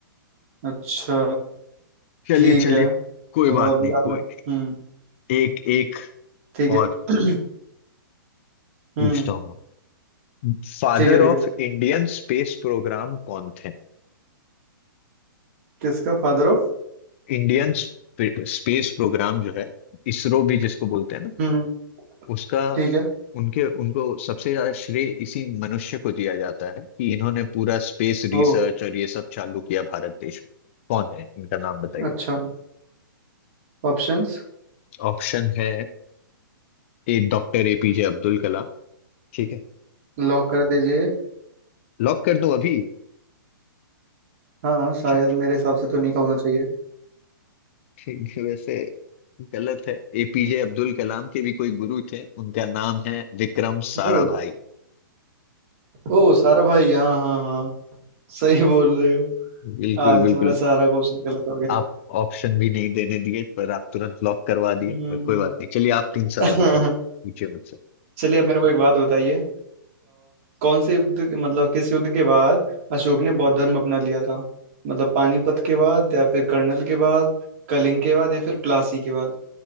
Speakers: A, on the right; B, on the left.
A: अच्छा
B: चलिए
A: ठीक
B: चलिए
A: है
B: कोई
A: तो
B: बात
A: अभी
B: नहीं
A: आप
B: कोई
A: हम्म
B: नहीं। एक एक
A: ठीक है
B: और
A: <clears throat>
B: पूछता
A: हम्म
B: हूँ Father
A: ठीक है ठीक
B: of
A: है
B: Indian space program कौन थे
A: किसका फादर ऑफ
B: इंडियन स्पेस प्रोग्राम जो है इसरो भी जिसको बोलते हैं ना
A: हम्म
B: उसका
A: ठीक है
B: उनके उनको सबसे ज्यादा श्रेय इसी मनुष्य को दिया जाता है कि इन्होंने पूरा स्पेस रिसर्च
A: ओ
B: और ये सब चालू किया भारत देश में कौन है इनका नाम बताइए
A: अच्छा ऑप्शंस
B: ऑप्शन है A doctor APJ Abdul Kalam ठीक है
A: लॉक कर दीजिए
B: लॉक कर दो अभी
A: हाँ हाँ शायद
B: ठीक
A: मेरे हिसाब से तो नहीं का होना चाहिए
B: ठीक है, वैसे गलत है एपीजे अब्दुल कलाम के भी कोई गुरु थे उनका नाम है विक्रम साराभाई
A: ओ ओ सारा भाई हाँ हाँ हाँ। सही बोल रहे हो
B: बिल्कुल
A: आज
B: बिल्कुल
A: तुम्हारा सारा क्वेश्चन गलत हो गया
B: आप ऑप्शन भी नहीं देने दिए पर आप तुरंत लॉक करवा
A: हम्म,
B: दिए पर कोई बात नहीं चलिए आप तीन सवाल
A: <laughs>
B: का पूछिए मुझसे
A: चलिए अब मेरे को एक बात बताइए अ, कौन से युद्ध के- मतलब किस युद्ध के बाद अशोक ने बौद्ध धर्म अपना लिया था मतलब पानीपत के बाद या फिर कर्नल के बाद कलिंग के बाद या फिर प्लासी के बाद